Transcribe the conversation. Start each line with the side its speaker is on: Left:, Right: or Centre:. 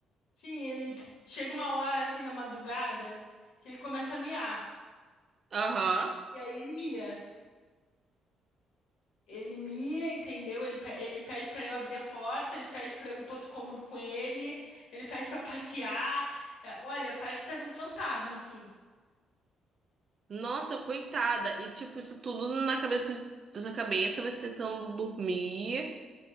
Left: Sim, ele chega uma hora assim na madrugada que ele começa a miar.
Right: Aham.
Left: E aí ele mia. Ele mia, entendeu? Ele, pe- ele pede pra eu abrir a porta, ele pede pra eu ir pro outro cômodo com ele, ele pede pra passear. É, olha, parece que tá vendo fantasma, assim.
Right: Nossa, coitada. E tipo, isso tudo na cabeça da sua cabeça, você tentando dormir,